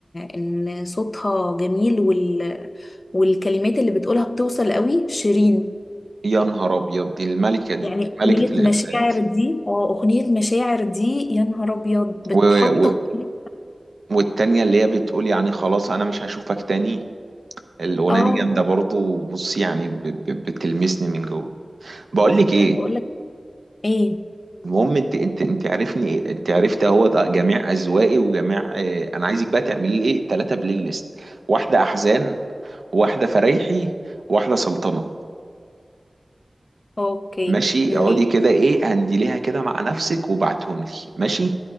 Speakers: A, on the left; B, on the right.
A: إن صوتها جميل وال والكلمات اللي بتقولها بتوصل قوي شيرين
B: يا نهار أبيض دي الملكة دي
A: يعني
B: ملكة
A: أغنية
B: الإحساس
A: مشاعر دي اه أغنية مشاعر دي يا نهار أبيض بتحطك
B: و... و...
A: كده-
B: والتانية اللي هي بتقول يعني خلاص أنا مش هشوفك تاني الأغنية
A: اه
B: دي جامدة برضه وبص يعني ب... ب... بتلمسني من جوه بقول لك إيه
A: أنا بقولك ايه
B: المهم انت انت انت عارفني انت عرفت اهو ده جميع اذواقي وجميع اه انا عايزك بقى تعملي لي ايه ثلاثه بلاي ليست واحده احزان واحده فرايحي واحده سلطنه
A: اوكي
B: ماشي
A: مي-
B: اقعدي ماشي كده ايه هنديليها كده مع نفسك وبعتهم لي ماشي